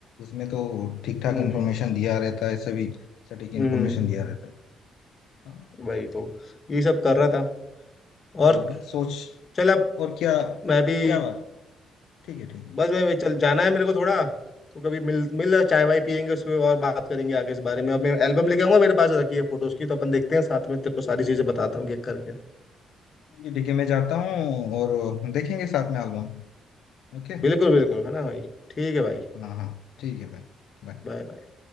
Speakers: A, on the left (about 80°); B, on the left (about 40°).
A: उसमें तो ठीक ठाक
B: हम्म
A: इन्फॉर्मेशन दिया रहता है सभी सटीक
B: हम्म
A: इन्फॉर्मेशन
B: हम्म,
A: दिया
B: हम्म,
A: रहता है हाँ
B: वही तो यही सब कर रहा था और
A: हाँ सोच
B: चल अब
A: और क्या
B: मैं भी
A: क्या बात ठीक है ठीक है
B: बस मैं मैं- चल जाना है मेरे को थोड़ा तो कभी मिल मिल चाय वाय पियेंगे उसमें और बात करेंगे आगे इस बारे में अब मैं एल्बम लेके आऊंगा मेरे पास रखी है फोटोज की तो अपन देखते हैं साथ में तेरे को सारी चीजें बताता हूँ एक करके
A: ये देखिए मैं जाता हूँ और देखेंगे साथ में एल्बम ओके
B: बिल्कुल बिल्कुल है ना भाई ठीक है भाई
A: हाँ हाँ ठीक है भाई बाय
B: बाय